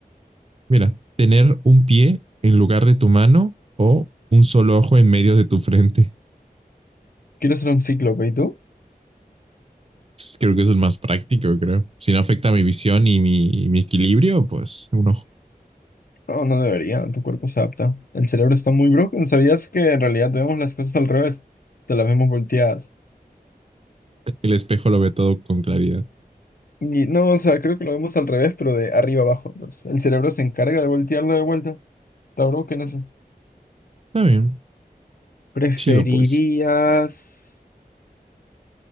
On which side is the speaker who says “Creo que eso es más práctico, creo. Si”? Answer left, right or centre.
Right